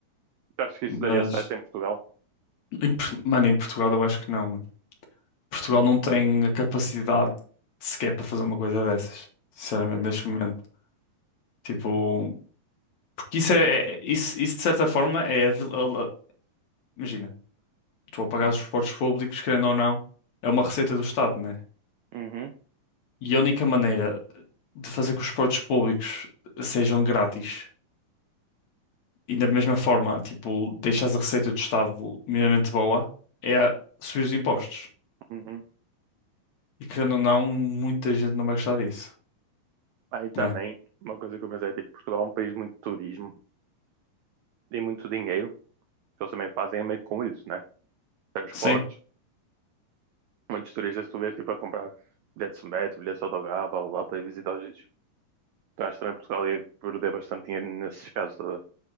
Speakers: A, on the right; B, on the left.
A: Tu achas que isso
B: Mas,
A: daria certo em Portugal?
B: em Por- mano, em Portugal eu acho que não. mano. Portugal
A: Hum,
B: não tem a capacidade sequer para fazer uma coisa dessas. Sinceramente,
A: hum,
B: neste momento. Tipo, porque isso é, é- isso, isso de certa forma é a, vil- a- a- imagina, tu a pagar
A: hum,
B: os esportes públicos, querendo ou não, é uma receita do Estado, né?
A: uhum,
B: E a única maneira de fazer que os esportes públicos sejam grátis E da mesma forma, tipo, deixares a receita do Estado minimamente boa, é a subir os impostos.
A: uhum.
B: E querendo ou não, muita gente não vai gostar disso,
A: Aí também,
B: né?
A: uma coisa que eu pensei, é, tipo, Portugal é um país muito de turismo e muito dinheiro, que eles também fazem meio com isso, né? transportes.
B: Sim,
A: Muitos turistas tu vês tipo a comprar bilhetes de metro, bilhetes de autocarro, blá blá blá, para ir visitar os sítios. Então acho que também Portugal ia perder bastante dinheiro nesses casos. tá a ver?